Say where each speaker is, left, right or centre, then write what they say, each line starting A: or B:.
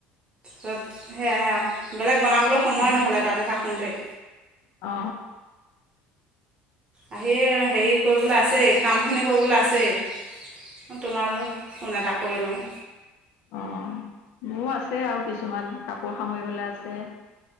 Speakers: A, on the right; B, on the left.
A: তাৰপিছত সেয়াই আৰু বেলেগ বনাবলৈ সময়
B: অ',
A: নহ'লে তাতে থাকোঁতেই
B: অ
A: আহি হেৰি কৰিবলৈ আছেই কামখিনি কৰিবলৈ আছেই <inaudible> তোমালৌ ফোন এটা কৰি লওঁ
B: অ মোৰ আছে আৰু কিছুমান কাপোৰ সামৰিবলৈ আছে <inaudible>